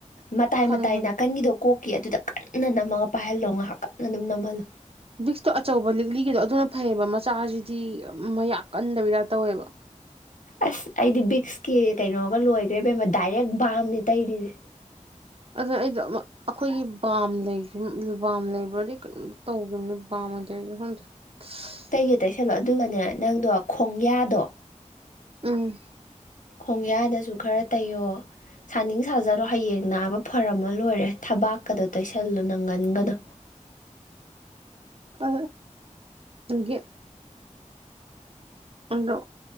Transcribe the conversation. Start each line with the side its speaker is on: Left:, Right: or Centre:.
Left: ꯃꯇꯥꯏ
Right: ꯈꯪꯉꯦ
Left: ꯃꯇꯥꯏ
Right: ꯈꯪꯉꯦ
Left: ꯅꯥꯀꯟꯒꯤꯗꯣ ꯀꯣꯛꯀꯤ ꯑꯗꯨꯗ ꯀꯟꯅ ꯅꯝꯃꯒ ꯄꯥꯏꯍꯜꯂꯣ ꯉꯥꯏꯍꯥꯛ ꯀꯟꯅ ꯑꯗꯨꯝ ꯅꯝꯍꯜꯂꯣ
Right: ꯕꯤꯛꯁꯇꯣ ꯑꯆꯧꯕ ꯂꯤꯛꯂꯤꯒꯤꯗꯣ ꯑꯗꯨꯅ ꯐꯩꯌꯦꯕ ꯃꯆꯥꯁꯤꯗꯤ ꯃꯌꯥ ꯀꯟꯗꯕꯤꯔ ꯇꯧꯋꯦꯕ
Left: ꯑꯁ ꯑꯩꯗꯤ ꯕꯤꯛꯁꯀꯤ ꯀꯩꯅꯣꯒ ꯂꯣꯏꯈ꯭ꯔꯦꯕꯩꯃ ꯗꯥꯏꯔꯦꯛ ꯕꯥꯝꯅꯦ ꯇꯩꯔꯤꯁꯦ
Right: ꯑꯗꯨꯅ ꯑꯩꯗꯣ ꯑꯃꯨ ꯑꯩꯈꯣꯏꯒꯤ ꯕꯥꯝ ꯂꯩ ꯕꯥꯝ ꯂꯩꯕ꯭ꯔꯗꯤ ꯀꯩꯅꯣ ꯇꯧꯈꯤꯕꯅꯦ ꯕꯥꯝꯇꯥꯔ <unintelligible>
Left: ꯀꯩꯒꯦ ꯇꯩꯁꯜꯂꯣ ꯑꯗꯨꯒꯅꯦ ꯅꯪꯗꯣ ꯈꯣꯡꯌꯥꯗꯣ
Right: ꯎꯝ
Left: ꯈꯣꯡꯌꯥꯗꯁꯨ ꯈꯔ ꯇꯩꯌꯣ ꯁꯥꯅꯤꯡ ꯁꯥꯖꯔꯣ ꯍꯌꯦꯡ ꯅꯥꯕ ꯐꯔꯝꯃ ꯂꯣꯏꯔꯦ ꯊꯕꯥꯛꯀꯗꯣ ꯇꯩꯁꯜꯂꯣ ꯅꯪꯒꯟꯒꯗꯣ
Right: ꯑ ꯑꯗꯒꯤ ꯎꯝꯗꯣ